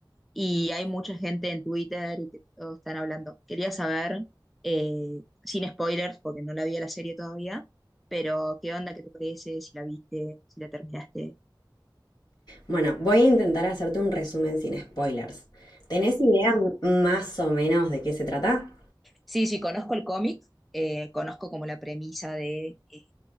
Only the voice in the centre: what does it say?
y hay mucha gente en Twitter y que todos están hablando. Quería saber, eh, sin spoilers, porque no la vi a la serie todavía, pero ¿qué onda? ¿Qué te parece? Si la viste, si la terminaste.
Sí, sí, conozco el cómic, eh, conozco como la premisa de eh,